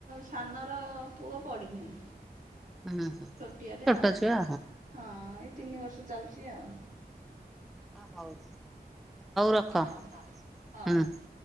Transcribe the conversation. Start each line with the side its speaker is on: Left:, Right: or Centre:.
Right: ସାନର ପୁଅ ପଢ଼ିନେଇଁ।
Centre: ହୁଁ ହୁଁ
Right: ଛୋଟିଆ ଟେ
Centre: ଛୋଟ
Right: ହଁ
Centre: ଛୁଆ
Right: ଏଇ ତିନିବର୍ଷ ଚାଲିଚି ଆଉ।
Centre: ଅ ହଉ। ରଖ
Right: ହଁ ହଁ ହ
Centre: ହୁଁ।